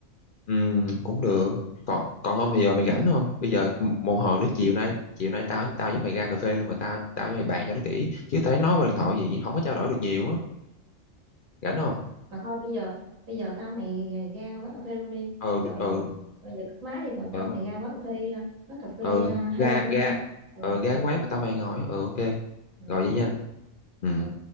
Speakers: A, on the left; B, on the right.
A: Ừm, cũng được. Còn còn không thì giờ mày rảnh không? Bây giờ m- một hồi nữa chiều nay chiều nay tao tao với mày ra cà phê luôn rồi tao tao với mày bàn cho nó kỹ. Chứ tao thấy nói qua điện thoại gì không có trao đổi được nhiều á. Rảnh không?
B: mà thôi bây giờ bây giờ tao mày ra quán cà phê luôn đi
A: Ừ
B: giờ
A: ừ
B: bây giờ cất máy đi rồi tao
A: ừ
B: mày ra quán cà phê quán cà phê
A: ừ
B: uh,
A: ra
B: Highland luôn
A: ra
B: ha ừ
A: ừ ra cái quán mà tao mày ngồi. á. Ừ ok.
B: Rồi,
A: Rồi
B: rồi.
A: vậy nha. Ừ.
B: ừ